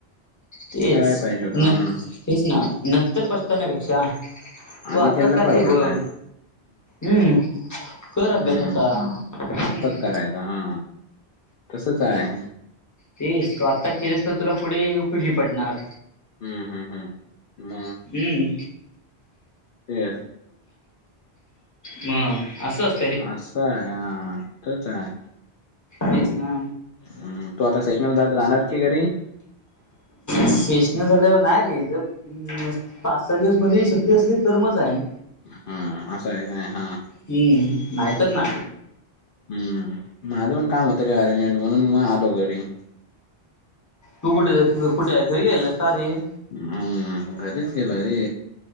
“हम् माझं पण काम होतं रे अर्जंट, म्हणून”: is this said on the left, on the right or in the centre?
Left